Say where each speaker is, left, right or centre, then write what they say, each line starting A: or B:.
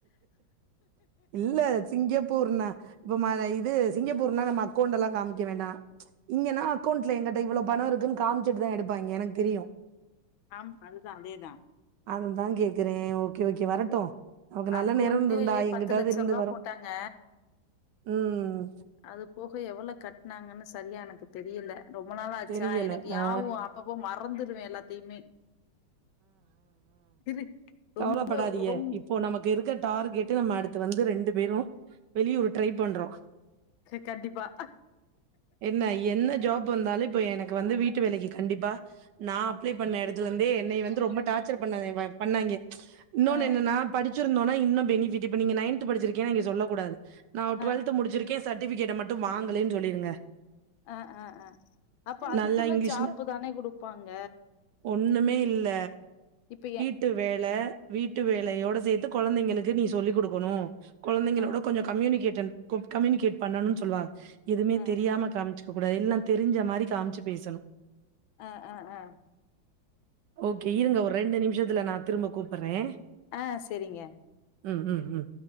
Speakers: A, on the right; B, on the left.
A: இல்ல சிங்கப்பூர்னா இப்பமா இது சிங்கப்பூர்னா நம்ம அக்கொண்டெல்லா காமிக்க வேண்டா இங்கன்னா அக்கௌண்ட்ல எங்கட்ட இவ்ளோ பணோ இருக்குன்னு காம்ச்சுட்டு தா எடுப்பாய்ங்க எனக்தெரியும்
B: ஆம் அதுதா அதேதா
A: அததா கேக்குறே ஓகே ஓகே வரட்டும் நமக்கு நல்ல
B: அக்கௌண்ட்லயே
A: நேரோ இருந்தா எங்கிட்டாவது
B: பத்து லட்ச
A: இருந்து
B: ரூபா
A: வரும்
B: போட்டாங்க.
A: ம்
B: அது போக எவ்வளோ கட்டுனாங்கன்னு சரியா எனக்கு தெரியல ரொம்ப நாள் ஆச்சா
A: தெரியல
B: எனக்கு
A: ஆ
B: யாவும் அப்பப்போ மறந்துருவே எல்லாத்தையுமே இரு ரொம்ப
A: ப்பபடாதிங்க
B: ரொம்ப
A: இப் இப்போ நமக்கு இருக்க டார்கெட்டு நம்ம அடுத்து வந்து ரெண்டு பேரும் வெளியூரு ட்ரை பண்றோ
B: க கண்டிப்பா
A: என்ன என்ன ஜாப் வந்தாலும் இப்ப எனக்கு வந்து வீட்டு வேலைக்கு கண்டிப்பா நா அப்ளை பண்ண எடத்துல இருந்தே என்னைய வந்து ரொம்ப டார்ச்சர் பண்ணாங்க பண்நாய்க இன்னொன்னு
B: ஆ
A: என்னன்னா படிச்சிருந்தோன்னா இன்னும் பெனிபிட்டு இப்ப நீங்க நைன்து படிச்சிருக்கே இங்க சொல்ல கூடாது நா ஒரு டுவெல்து
B: ஆ
A: முடிச்சிருக்கே செர்டிபிகேட்ட மட்டும் வாங்கலேன்னு சொல்லிருங்க
B: ஆ ஆ ஆ அப்ப அதுக்குள்ள
A: நல்லா இங்கிலீஷ்ல
B: ஜாப்பு தானே குடுப்பாங்க
A: ஒண்ணுமே இல்ல
B: இப்ப ஏ
A: வீட்டு வேல வீட்டு வேலையோட சேத்து கொழந்தைங்களுக்கு நீ சொல்லிக் குடுக்கணும் கொழந்தைங்களோட
B: ஆ
A: கொஞ்சோ கம்யூனிகேட்டன் குட் கம்யூனிகேட் பண்ணுன்னு சொல்லுவாங்க எதுமே
B: ஆ
A: தெரியாம காம் ச்சுக்க கூடாது எல்லா தெரிஞ்ச மாரி காம்ச்சு பேசணு
B: ஆ ஆ ஆ
A: ஓகே இருங்க ஒரு ரெண்டு நிமிஷத்துல நா திரும்ப கூப்புறே
B: ஆ செரிங்க
A: ம் ம் ம்